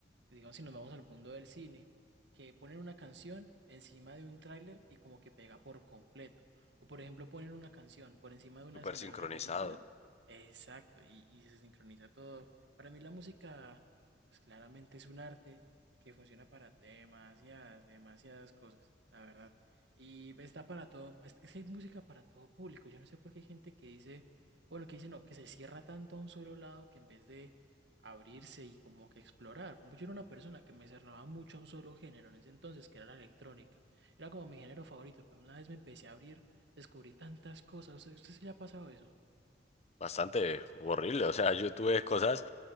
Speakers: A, on the right (about 75°); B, on the left (about 35°).
A: digamos, si nos vamos al mundo del cine, que ponen una canción encima de un tráiler y como que pega por completo. O por ejemplo, ponen una canción por encima de una
B: Súper
A: escena
B: sincronizado.
A: de una película. Exacto, y, y se sincroniza todo. Para mí la música, pues claramente es un arte que funciona para demasiadas, demasiadas cosas, la verdad. Y está para todo, es es que hay música para todo público. Yo no sé por qué hay gente que dice, bueno, que dice no, que se cierra tanto a un solo lado que en vez de abrirse y como que explorar. Por ejemplo, yo era una persona que me cerraba mucho a un solo género en ese entonces, que era la electrónica. Era como mi género favorito, pero una vez me empecé a abrir, descubrí tantas cosas. ¿Usted, usted sí le ha pasado eso?
B: Bastante horrible. O sea, yo tuve cosas